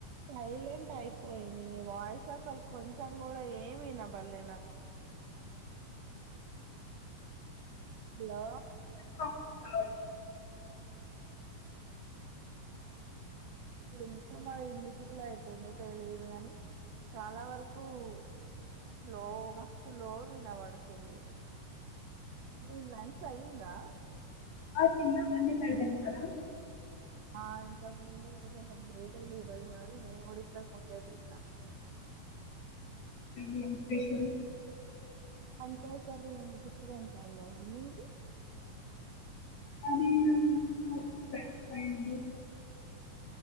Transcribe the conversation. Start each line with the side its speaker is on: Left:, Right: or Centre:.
Right: సైలెంట్ అయిపోయింది మీ వాయిస్ అసలు కొంచెం కూడా ఏమీ వినబడలే నాకు హలో
Left: వై <unintelligible>
Right: ంకా మరి ఎందుకు ఇట్లా అవుతుందో తెలియదు కాని చాలా వరకు స్లో మస్తు లో వినబడుతుంది మీ లంచ్ అయిందా
Left: పప్పా తిన్నామండి మీరు తిన్నారా
Right: నా ఇంతాకు ముందే కొంచ లేట్ అయిది ఈ రరోజు మ్రిఊడి తక్ ముందదిన్నా
Left: ఏం స్పెషల్
Right: వంకాయ కర్రీ గుత్తి వంకాయ మాది మీది
Left: అది రోజు బెండకాయ అండి